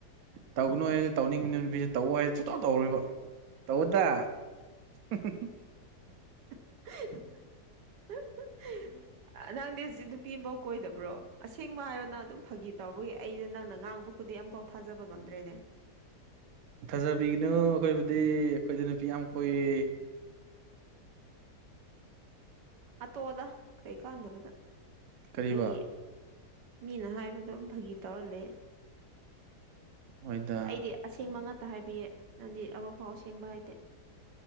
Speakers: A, on the right (about 65°); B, on the right (about 80°).
A: ꯇꯧꯒꯅꯨ ꯍꯥꯏꯗꯤ ꯇꯧꯅꯤꯡꯕꯅꯦ ꯅꯨꯄꯤꯁꯦ ꯇꯧꯋꫭ ꯍꯥꯏꯗꯤ ꯁꯨꯡꯇꯧ ꯇꯧꯔꯣꯏꯕ ꯇꯧꯗ <unintelligible>
B: <unintelligible> ꯅꯪꯗꯤ ꯍꯨꯖꯤꯛ ꯅꯨꯄꯤꯕꫭꯛ ꯀꯣꯏꯗꯕ꯭ꯔꯣ ꯑꯁꯦꯡꯕ ꯍꯥꯏꯌꯣ ꯅꯪ ꯑꯗꯨꯝ ꯐꯥꯒꯤ ꯇꯧꯕꯒꯤ ꯑꯩꯩꯗꯣ ꯅꯪꯅ ꯉꯥꯡꯕ ꯈꯨꯗꯤꯡ ꯑꯝꯐꯥꯎ ꯊꯥꯖꯕ ꯉꯝꯗ꯭ꯔꯦꯅꯦ
A: ꯊꯥꯖꯕꯤꯒꯅꯨ ꯑꯈꯣꯏꯕꯨꯗꯤ ꯑꯈꯣꯏꯗꯤ ꯅꯨ ꯄꯤ ꯌꯥꯝ ꯀꯣꯏꯌꯦ
B: ꯑꯇꯣꯗ ꯀꯩ ꯀꯥꯟꯗꯕꯗ
A: ꯀꯔꯤꯕ
B: ꯑꯩ ꯃꯤꯅ ꯍꯥꯏꯕꯗꯨꯝ ꯐꯥꯒꯤ ꯇꯧꯔꯂꯩ
A: ꯍꯣꯏꯗ
B: ꯑꯩꯗꯤ ꯑꯁꯦꯡꯕ ꯉꯥꯛꯇ ꯍꯥꯏꯕꯤꯌꯦ ꯅꯪꯗꯤ ꯑꯃ ꯐꯥꯎ ꯑꯁꯦꯡꯕ ꯍꯥꯏꯗꯦ